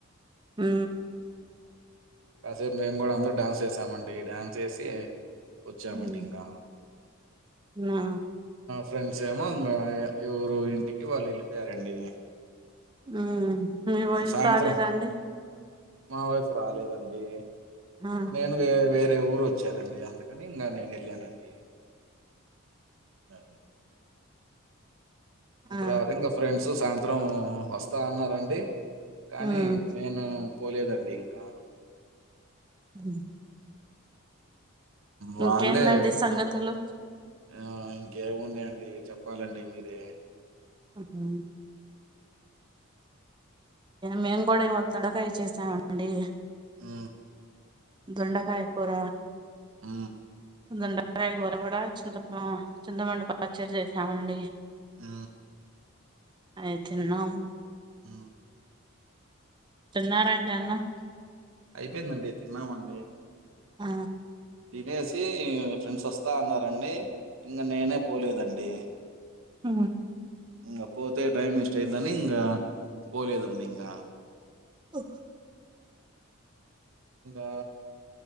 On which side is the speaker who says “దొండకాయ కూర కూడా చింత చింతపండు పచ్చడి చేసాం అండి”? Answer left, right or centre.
Right